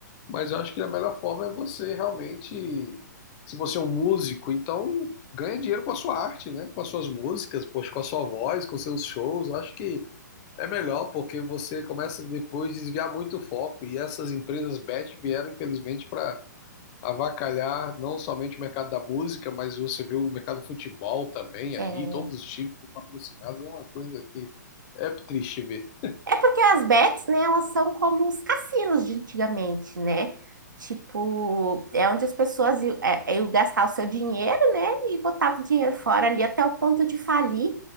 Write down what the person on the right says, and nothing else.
É.
É porque as bets, né, elas são como os cassinos de antigamente, né? Tipo, é onde as pessoas iam, é, é, iam gastar o seu dinheiro, né? E botavam o dinheiro fora ali até o ponto de falir